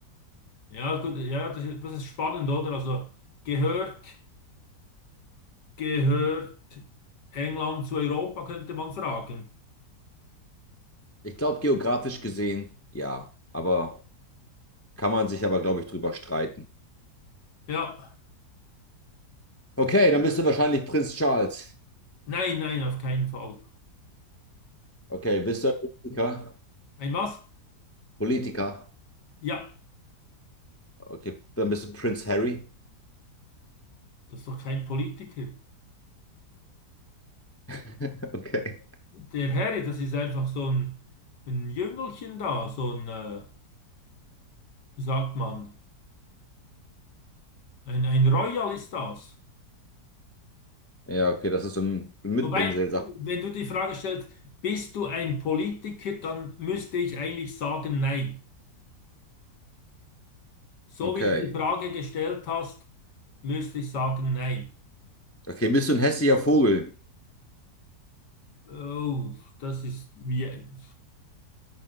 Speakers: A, on the left (about 80°); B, on the left (about 25°).
A: Ja, gut, ja, das, ist- das ist spannend, oder? Also gehört. Gehört England zu Europa, könnte man fragen.
B: Ich glaube, geografisch gesehen, ja, aber kann man sich aber, glaube ich, drüber streiten.
A: Ja,
B: Okay, dann bist du wahrscheinlich Prinz Charles.
A: nein, nein, auf keinen Fall.
B: Okay, bist du ein Politiker?
A: Ein was?
B: Politiker.
A: Ja,
B: Okay, dann bist du Prinz Harry.
A: das ist doch kein Politiker.
B: <laughs> Okay.
A: Der Harry, das ist einfach so ein, ein Jüngelchen da, so ein, äh, wie sagt man, ein, ein Royal ist das.
B: Ja, okay, das ist so ein Mitbringsel,
A: Wobei,
B: sagt.
A: wenn du die Frage stellst, bist du ein Politiker, dann müsste ich eigentlich sagen, nein. So
B: Okay.
A: wie du die Frage gestellt hast, müsste ich sagen, nein.
B: Okay, bist du ein hässlicher Vogel?
A: Oh, das ist wie.